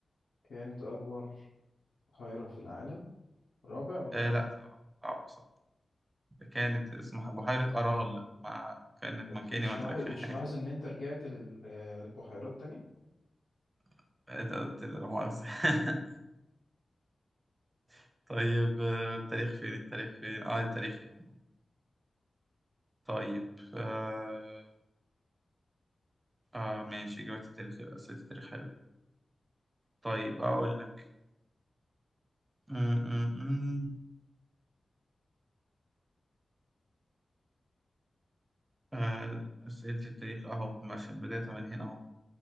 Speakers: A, on the left; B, on the right.
A: كانت أكبر بحيرة في العالم رابع ولا
B: آه، لا صعب صعب صعب كانت اسمها بحيرة أرال مع كأنك ما كأني
A: مش
B: ما قلتلكش
A: ملاحظ مش
B: حاجة
A: ملاحظ إن أنت رجعت لل- للبحيرات تاني
B: <laughs> قلت- لا مؤاخذة <laughs> طيب آه، التاريخ فين التاريخ فين اه التاريخ يا عم طيب آه اه ماشي جوات التاريخ أسئلة التاريخ حلو طيب أقول لك م- م- م. آه، أسئلة التاريخ أهو ماشي بداية من هنا أهو